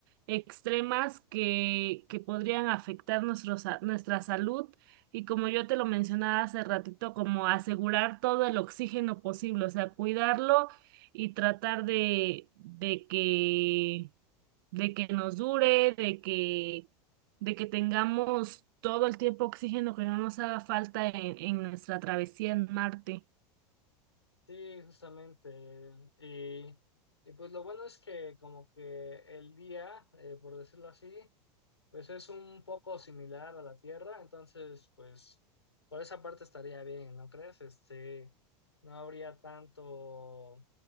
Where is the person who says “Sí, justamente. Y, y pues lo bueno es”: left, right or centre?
Left